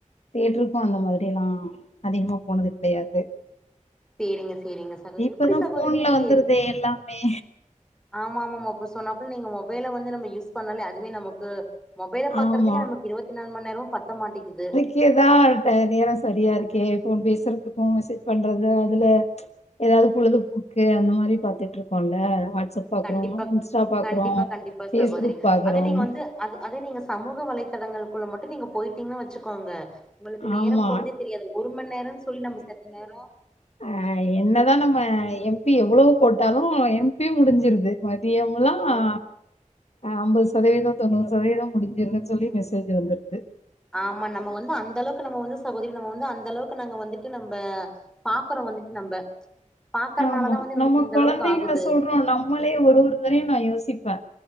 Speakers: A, on the left (about 55°); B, in the centre.
A: தியேட்டருக்கும் அந்த மாதிரில்லாம் அதிகமா போனது கிடையாது
B: சேரிங்க சேரிங்க சகோ
A: இப்பதான்
B: எப்டி சகோதரி
A: ஃபோன்ல வந்துருதே எல்லாமே
B: ஆமா ஆமா ஆமா இப்ப சொன்னாப்புல நீங்க மொபைல வந்து நம்ம யூஸ் பண்ணாலே அதுவே நமக்கு மொபைல பாக்குறதுக்கே
A: ஆமா.
B: நமக்கு இருபத்தி நாலு மணி நேரமும் பத்த மாட்டேங்குது
A: இதுக்கே தான் டயம் நேரம் சரியா இருக்கே ஃபோன் பேசுறதுக்கும் மெசேஜ் பண்றது அதுல ஏதாவது பொழுதுபோக்கு அந்த மாதிரி பாத்துட்டு இருப்போம்ல வாட்ஸ்அப் பாக்குறோம்
B: கண்டிப்பா
A: இன்ஸ்டா பாக்குறோம்
B: கண்டிப்பா கண்டிப்பா
A: ஃபேஸ்புக்
B: சகோதரி
A: பாக்குறோம்
B: அது நீங்க வந்து அது அதே நீங்க சமூக வலைத்தளங்களுக்குள்ள மட்டும் நீங்க போயிட்டீங்கன் வச்சுக்கோங்க உங்களுக்கு நேரம்
A: ஆமா
B: போறதே தெரியாது ஒரு மண் நேரம்னு சொல்லி நம்ம செத்த நேரம்
A: அ என்னதான் நம்ம எம்பி எவ்வளவு போட்டாலும் எம்பி முடிஞ்சிருது மதியம்லா
B: ஓ
A: அ ஐம்பது சதவீதம் தொண்ணூறு சதவீதம் முடிஞ்சிருதுனு சொல்லி மெசேஜ் வந்துருது
B: ஆமா நம்ம வந்து அந்த அளவுக்கு நம்ம வந்து சகோதரி நம்ப வந்து அந்த அளவுக்கு நாங்க வந்துட்டு நம்ப பாக்குறோ வந்துட்டு நம்ப பாக்குறனால
A: ஆமா
B: தா வந்து நமக்கு
A: நம்ம
B: இந்த
A: குழந்தைங்கள
B: அளவுக்கு ஆகுது
A: சொல்றோம் நம்மளே ஒரு ஒருத்தரையும் நா யோசிப்ப